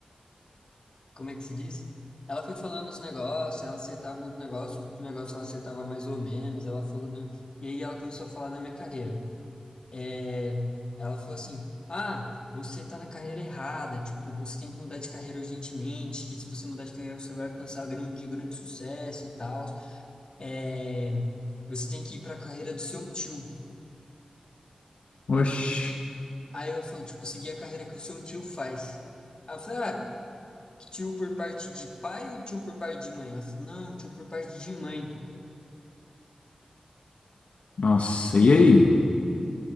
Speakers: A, on the left; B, on the left.
A: como é que se diz? Ela foi falando os negócios, ela acertava uns negócios, outros negócios ela acertava mais ou menos, ela falou da... E aí ela começou a falar da minha carreira. É, ela falou assim, ah, você tá na carreira errada, tipo, você tem que mudar de carreira urgentemente, que se você mudar de carreira você vai alcançar grande, grande sucesso e tal. É, você tem que ir pra carreira do seu tio.
B: Oxi.
A: Aí eu falo, tipo, seguir a carreira que o seu tio faz. Aí eu falei, ah, tio por parte de pai ou tio por parte de mãe? Ela falou, não, tio por parte de mãe.
B: Nossa, e aí?